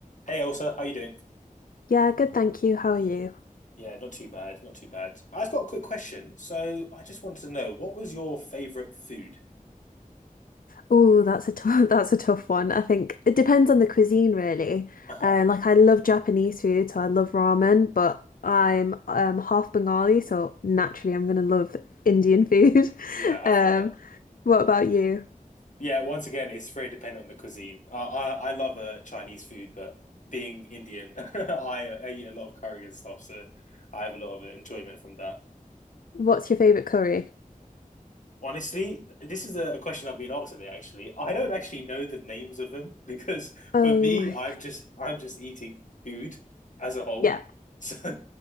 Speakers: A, on the left; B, on the left.
A: Hey Elsa, how you doing?
B: Yeah, good, thank you. How are you?
A: Yeah, not too bad, not too bad. I've got a quick question. So I just wanted to know, what was your favorite food?
B: Oh, that's a tough, <laughs> that's a tough one. I think it depends on the cuisine, really.
A: Uh-huh.
B: Uh, like I love Japanese food, so I love ramen, but I'm um, half Bengali, so naturally I'm gonna love Indian food. <laughs>
A: Yeah, I
B: Um,
A: feel that.
B: what about you?
A: Yeah, once again, it's very dependent on the cuisine. I I, I love uh, Chinese food, but being Indian, <laughs> I, I eat a lot of curry and stuff, so I have a lot of enjoyment from that.
B: What's your favorite curry?
A: Honestly, this is a question I've been asked today, actually. I don't actually know the names of them <laughs> because
B: Oh
A: for me,
B: my,
A: I'm just I'm just eating food as a whole.
B: yeah.
A: So, <laughs>